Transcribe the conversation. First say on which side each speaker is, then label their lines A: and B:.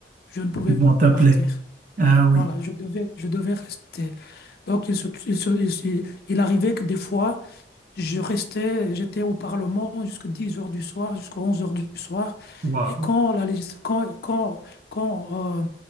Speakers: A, on the left (about 55°); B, on the right (about 45°).
A: je ne pouvais
B: ils vont
A: pas
B: t'appeler.
A: partir.
B: Ah oui,
A: Voilà, je devais, je devais rester. Donc, il, se- il se- il se- il arrivait que des fois, je restais, j'étais au Parlement jusqu'à 10 heures du soir, jusqu'à 11 heures du soir.
B: waouh.
A: Et quand, la, légis- quand, quand, quand, euh,